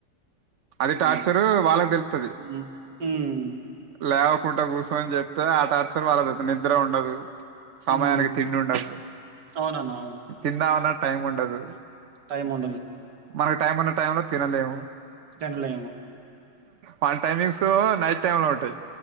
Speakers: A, on the right (about 55°); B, on the right (about 75°).
A: అది
B: హ్మ్.
A: టార్చరు
B: అవును.
A: వాళ్ళకు తెలుత్తది.
B: హ్మ్. హ్మ్.
A: లే కుంట కూసోని చెప్తే ఆ టార్చర్ వాళ్ళద నిద్ర ఉండదు. సమయానికి
B: హ్మ్.
A: తిండి ఉండదు.
B: అవునన్నా. అవును.
A: తిందామన్నా టైం ఉండదు.
B: టైమ్ ఉండదు
A: మనకి టైం ఉన్న టైంలో తినలేము.
B: తినలేము
A: మన టైమింగ్స్ నైట్ టైమ్ లో ఉంటది.